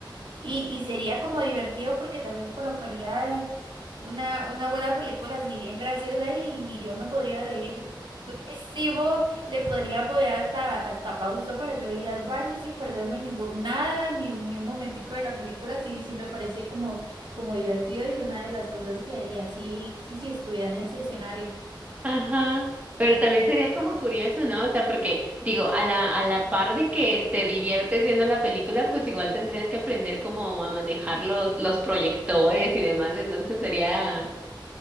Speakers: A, on the right (about 70°); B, on the right (about 15°).
A: Y, y sería como divertido porque tal vez colocaría una, una buena película así bien graciosa y, yo me podría reír durísimo, le podría poner hasta, hasta pausa para yo ir al baño sin perderme ningún, nada, ni, un- ni un momentico de la película, sí, sí me parece como, como divertido y una de las cosas que haría sí, sí, sí estuviera en ese escenario.
B: Ajá. Pero también sería como curioso, ¿no? O sea, porque digo, a la, a la par de que te diviertes viendo la película, pues igual tendrías que aprender como a manejar los, los proyectores y demás. Entonces sería,